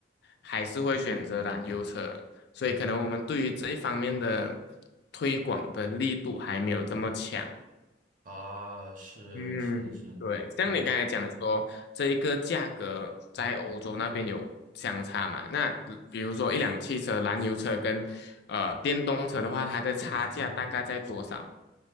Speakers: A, on the left; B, on the right.
A: 还是会选择燃油车，所以可能我们对于这一方面的推广的力度还没有这么强。
B: 啊，是是是，
A: 嗯，对，像你刚才讲说，
B: 可能
A: 这一个价格在欧洲那边有相差嘛？那比如说一辆汽车，燃油车跟呃电动车的话，它的差价大概在多少？